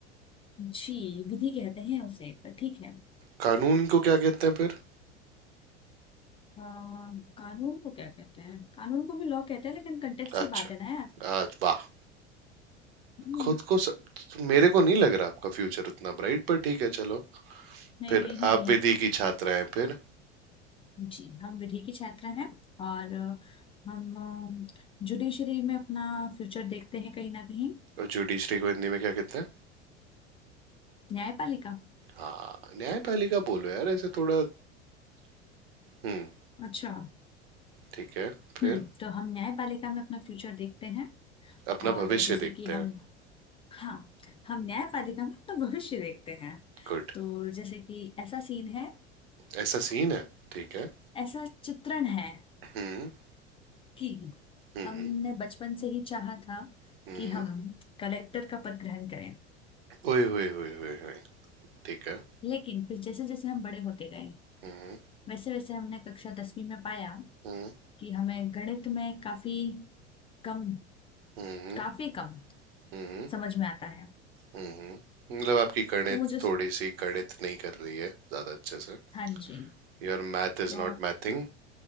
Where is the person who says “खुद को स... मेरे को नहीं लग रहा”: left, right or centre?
Right